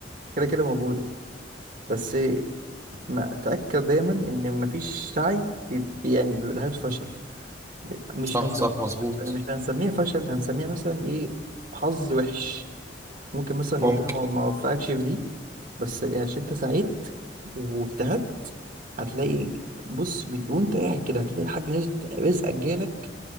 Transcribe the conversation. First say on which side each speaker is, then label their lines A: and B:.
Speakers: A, on the right; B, on the right.
A: كده كده موجودة بس ما تأكد دايما ان مفيش سعي بي بي- يعني بيبقى نهايته فشل مش
B: صح
A: هنسميه
B: صح
A: مش
B: مظبوط
A: يعني مش هنسميها فشل هنسميها مثلا ايه حظ وحش ممكن مثلا
B: ممكن
A: ربنا ما ما وفقكش في دي بس يعني عشان انت سعيت واجتهدت هتلاقي بص من- وانت قاعد كده هتلاقي حاجة نزلت رزقك جالك